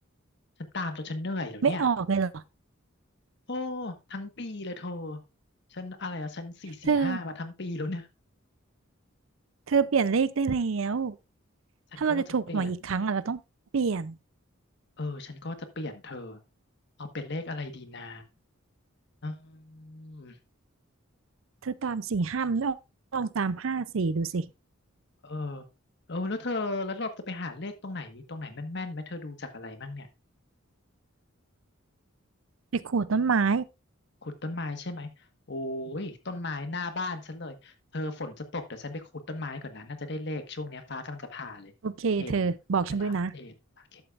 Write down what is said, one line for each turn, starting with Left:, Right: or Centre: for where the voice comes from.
Left: ฉันตามจนฉันเหนื่อยแล้วเนี่ย
Right: ไม่ออกเลยเหรอ
Left: โอ้ทั้งปีเลยเธอฉันอะไรอะฉันสี่สี่ห้ามาทั้งปีแล้วเนี่ย
Right: เธอเธอเปลี่ยนเลขได้แล้ว
Left: ฉันก็ว่าจะเปลี่ยน
Right: ถ้าเราจะถูกหวยอีกครั้งอะเราต้องเปลี่ยน
Left: เออฉันก็จะเปลี่ยนเธอเอาเป็นเลขอะไรดีนะอืม
Right: เธอตามสี่ห้ามันไม่ออกลองตามห้าสี่ดูสิ
Left: เออเออแล้วเธอแล้วเราจะไปหาเลขตรงไหนมีตรงไหนแม่นๆไหมเธอดูจากอะไรมั่งเนี่ย
Right: ไปขูดต้นไม้
Left: ขุดต้นไม้ใช่ไหม โอ้ย ต้นไม้หน้าบ้านฉันเลย เธอฝนจะตกเดี๋ยวฉันไปขุดต้นไม้ก่อนนะน่าจะได้เลขช่วงเนี้ยฟ้ากำลังจะผ่าเลยเอเดี๋ยวมา
Right: โอเคเธอบอกฉันด้วยนะ
Left: เดี๋ยวมาอัปเดตโอเค